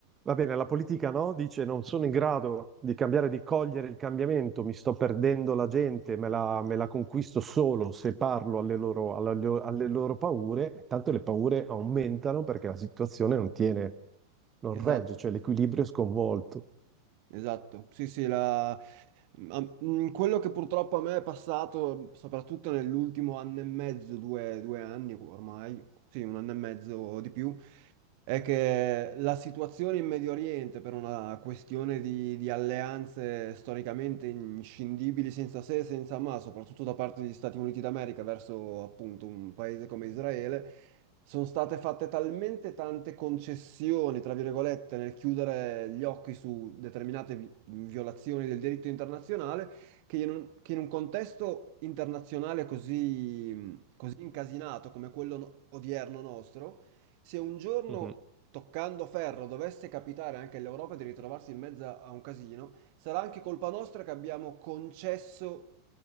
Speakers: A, on the right; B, on the right.
A: Va bene, la politica no, dice non sono in grado di cambiare, di cogliere il cambiamento, mi sto perdendo la gente, me la, me la conquisto solo se parlo alle loro, alla- alle loro paure, tanto le paure aumentano perché la situazione non tiene, non
B: esatto,
A: regge, cioè l'equilibrio è sconvolto.
B: esatto. Sì, sì, la... ma, mm, quello che purtroppo a me è passato, soprattutto nell'ultimo anno e mezzo, due, due anni ormai, sì, un anno e mezzo o di più, è che la situazione in Medio Oriente, per una questione di, di alleanze storicamente inscindibili, senza se e senza ma, soprattutto da parte degli Stati Uniti d'America verso appunto un paese come Israele, sono state fatte talmente tante concessioni, tra virgolette, nel chiudere gli occhi su determinate vi- violazioni del diritto internazionale, che in un, che in un contesto internazionale così, così incasinato come quello no- odierno nostro, se un giorno,
A: Mhm.
B: toccando ferro, dovesse capitare anche all'Europa di ritrovarsi in mezzo a un casino, sarà anche colpa nostra che abbiamo concesso